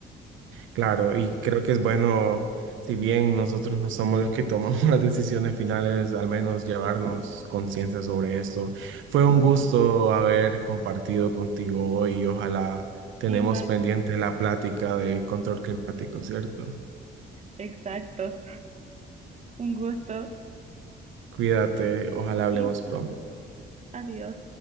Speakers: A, on the right; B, on the right.
A: Claro, y creo que es bueno, si bien nosotros no somos los que tomamos <laughs> las decisiones finales, al menos llevarnos conciencia sobre esto. Fue un gusto haber compartido contigo hoy y ojalá tenemos
B: Igual,
A: pendiente la plática de control climático, ¿cierto?
B: exacto. Un gusto.
A: Cuídate, ojalá hablemos
B: Igual,
A: pronto.
B: adiós.